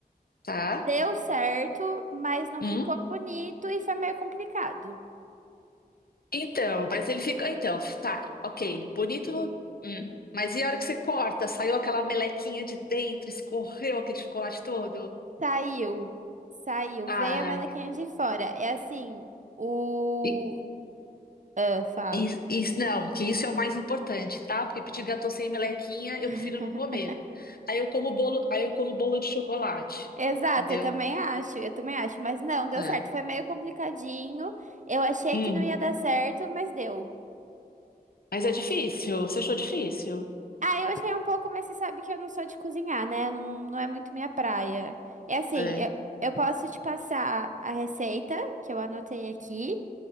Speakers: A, on the left; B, on the right.
A: tá?
B: deu certo, mas não
A: Hum?
B: ficou bonito e foi meio complicado.
A: Então, mas ele fica. Então, tá, ok. Bonito. no- hum. Mas e a hora que você corta? Saiu aquela melequinha de dentro, escorreu aquele chocolate todo?
B: Saiu, saiu,
A: Ai.
B: veio a melequinha de fora. É assim, o.
A: E,
B: Ah, fala.
A: e- e- não, que isso é o mais importante, tá? Porque pedir gâteau sem melequinha, eu
B: <laughs>
A: prefiro não comer. Aí eu como bolo, aí eu como bolo de chocolate.
B: Exato,
A: Entendeu?
B: eu também acho, eu também acho, mas não, deu
A: É.
B: certo, foi meio complicadinho. Eu achei
A: Hum.
B: que não ia dar certo, mas deu.
A: Mas é difícil. Você achou difícil?
B: Ah, eu achei um pouco, mas você sabe que eu não sou de cozinhar, né? Não, não é muito minha praia. É assim,
A: É.
B: eu, eu posso te passar a receita que eu anotei aqui.